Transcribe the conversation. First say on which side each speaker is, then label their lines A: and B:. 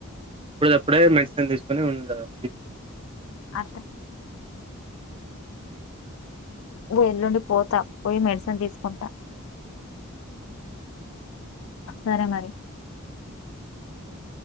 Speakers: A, on the right; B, on the left.
A: ఎప్పుడ తప్పుడే మెడిసిన్ తీసుకుొని ఉండాలి
B: అడ
A: అ
B: ఎల్లుండి పోతా పోయి మెడిసిన్ తీసుకుంటా సరే మరి
A: స